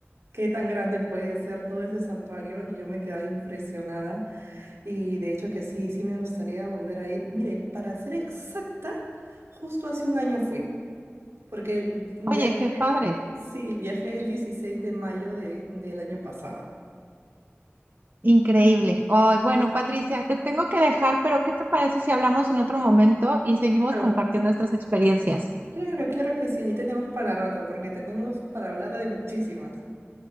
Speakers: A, on the right; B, on the right.
A: qué tan grande puede ser todo ese santuario y yo me quedé impresionada. Y de hecho que sí, sí me gustaría volver a ir. Mire, para ser exacta, justo hace un año fui, porque viajé,
B: Oye, qué padre.
A: sí, viajé el 16 de mayo de- del año pasado.
B: Increíble. Ay, bueno, Patricia, te tengo que dejar, pero ¿qué te parece si hablamos en otro momento y seguimos
A: No.
B: compartiendo estas experiencias?
A: Claro, claro que sí, ahí tenemos para rato, porque tenemos para hablar de muchísimas.